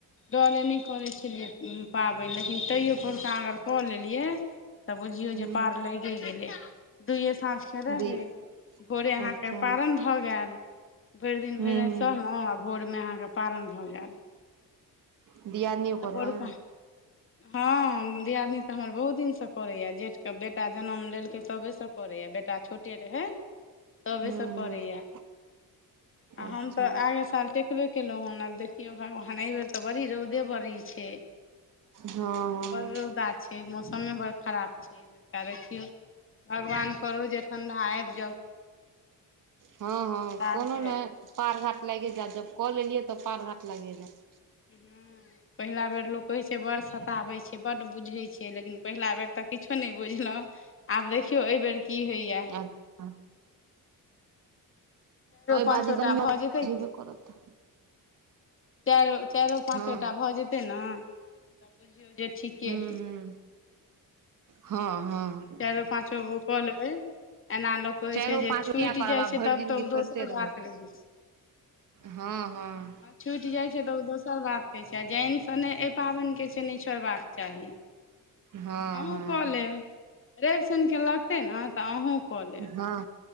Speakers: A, on the left; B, on the right.
A: डरे नहि करै छेलियै ऊ पाबनि लेकिन तइयो पोरका अगर कऽ लेल। लेलियै तऽ बुझियौ
B: हूँ
A: जे पार लैगे गेलै दुइए साँझके रहै।
B: दी
A: भोरे अहाँकेँ
B: अच्छा
A: पारण
B: हूँ
A: भऽ गायल भरि दिन
B: हूँ
A: भरि राति सहलहुँ आब। भोरमे अहाँकेँ पारण भऽ गायल।
B: दियादनी। ओकर
A: त परौका
B: है
A: हँ दियादनी तऽ हमर बहुत दिन सँ। करैए जेठके बेटा जनम लेलकै तबे सँ करैया बेट। बेटा छोटे रहै तबे
B: हूँ
A: सँ
B: हूँ
A: करैया। आ हम
B: अच्छा
A: तऽ आगे साल। टेकबे केलहुँ हन आब देखियौ भगवान एहिबेर तऽ बड़ी रौदे बड़ी छै।
B: हँ हँ
A: बड़ रौदा छै मौसमे बड़ खराब छै। अइ बेरका देखियौ भगवान करौ जे ठण्ढा आबि जाउ।
B: हँ
A: हमरा
B: हँ कोनो
A: आरके
B: नइ पार घाट लाइगे जायत जब कऽ लेलियै तऽ पार घाट लाइगे जायत।
A: ऊहू पहिला बेर लोग कहे छै बड़ सताबे छै बड्ड बुझै छै। हे लेकिन पहिला बेर तऽ किछो नहि बुझलौ आब देखियौ अइ बेर। की होइया।
B: अच्छा अइ
A: पाँचो
B: बाजी गर्मियोतऽ
A: टा भऽ
B: बुझेबे
A: जेतै
B: करत।
A: चाइरो चाइरो पाँचोटा
B: हँ
A: भऽ जेतै न तऽ बुझियौ जे ठीके
B: हूँ
A: हइ।
B: हूँ हँ हँ।
A: चाइरो पाचोगो कऽ लेबै। एना लोक कहै
B: चारिगो
A: छै जे
B: पाँच गो
A: छूटि
B: किया करब
A: जाइ
B: आब
A: छै
B: भरि
A: तब
B: जिनगी
A: तऽ ऊ दोसर
B: करिते रहब
A: बात रहै छै।
B: हँ हँ।
A: छुटि जाइ छै तऽ ऊ दोसर बात रहै छै आ जाइन सँ नै अइ पाबनिके छै नै छोड़बाक चाही।
B: हँ
A: अहूँ
B: हँ।
A: कऽ लेब रवि शाइन के लगतै ने तऽ अहूँ कऽ लेब।
B: हँ